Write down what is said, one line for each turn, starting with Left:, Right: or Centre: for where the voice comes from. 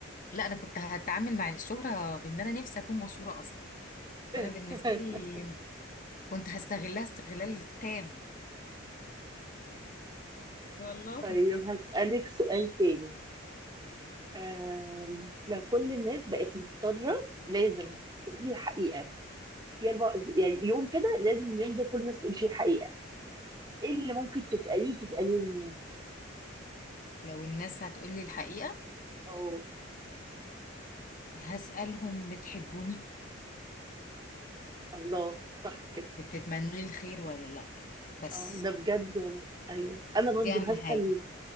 Left: لا انا كنت هتعامل مع الشهره بان انا نفسي اكون مشهوره اصلا فانا
Right: <laughs>
Left: بالنسبه لي كنت هستغلها استغلال تام والله
Right: طيب هسألك سؤال تاني آم، لو كل الناس بقت مضطرة لازم تقول الحقيقة في أربع يعني يوم كده لازم اليوم ده كل الناس تقول فيه الحقيقة إيه اللي ممكن تسأليه تسأليه اليوم
Left: لو الناس هتقولي الحقيقه
Right: اه
Left: هسالهم بتحبوني
Right: الله صح كده
Left: بتتمنوا لي الخير ولا لا بس
Right: اه ده بجد ولا أيوه أنا برضو
Left: دي اهم
Right: هسأل
Left: حاجه